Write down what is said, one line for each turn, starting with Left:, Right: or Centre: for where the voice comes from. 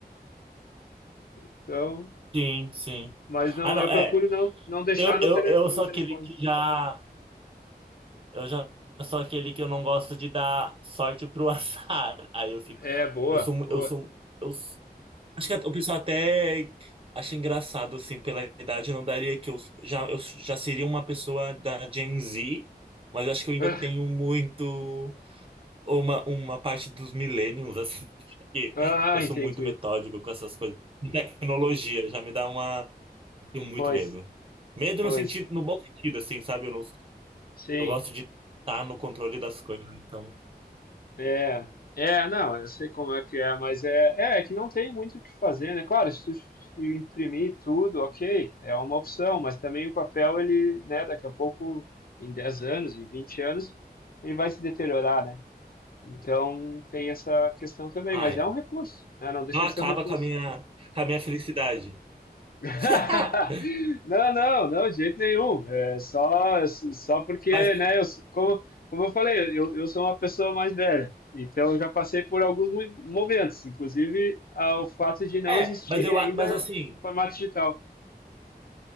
Left: Então,
Right: Sim, sim.
Left: mas não,
Right: Ah, não,
Left: eu
Right: é.
Left: procuro não, não deixar
Right: Eu,
Left: no,
Right: eu,
Left: tele,
Right: eu
Left: no
Right: sou
Left: telefone.
Right: aquele que já. Eu já sou aquele que eu não gosto de dar sorte pro <laughs> azar. Aí eu fico.
Left: É, boa,
Right: Eu sou. mu-
Left: boa.
Right: Eu sou. Eu, s- acho que o pessoal até acha engraçado, assim, pela idade. Eu não daria que eu já, eu já seria uma pessoa da Gen Z, mas eu acho que eu ainda
Left: <laughs>
Right: tenho muito. Uma, uma parte dos millennials, assim, <laughs> porque
Left: Ah,
Right: eu sou
Left: entendi.
Right: muito metódico com essas coisas. Tecnologia já me dá uma. Eu tenho muito
Left: Pois,
Right: medo. Medo
Left: pois,
Right: no sentido, no bom sentido, assim, sabe? eu não
Left: sim.
Right: eu gosto de estar no controle das coisas, então.
Left: É, é, não, eu sei como é que é, mas é, é, é que não tem muito o que fazer, né? Claro, se tu se imprimir tudo, ok, é uma opção, mas também o papel, ele, né, daqui a pouco, em 10 anos, em 20 anos, ele vai se deteriorar, né? Então tem essa questão também,
Right: Ai,
Left: mas é um recurso, né? Não deixa
Right: não acaba
Left: de ser um recurso.
Right: com a minha, com a minha felicidade.
Left: <laughs>
Right: <laughs>
Left: Não, não, não, de jeito nenhum. É só, só porque,
Right: Mas,
Left: né, eu, como, como eu falei, eu, eu sou uma pessoa mais velha, então eu já passei por alguns mo- momentos, inclusive ao fato de não
Right: é,
Left: existirem
Right: mas eu,
Left: ainda
Right: a- mas assim,
Left: formato digital.